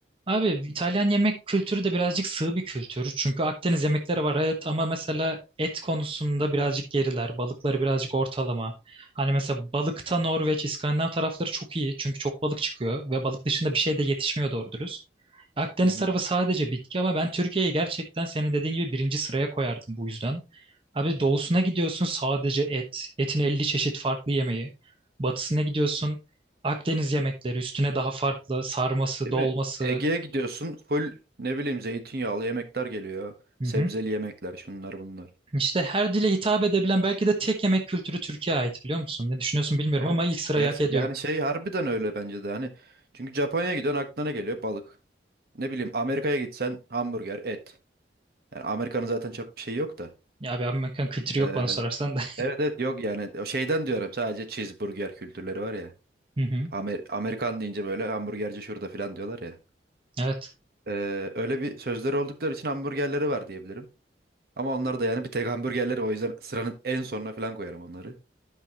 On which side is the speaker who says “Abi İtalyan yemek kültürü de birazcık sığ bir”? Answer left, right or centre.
Right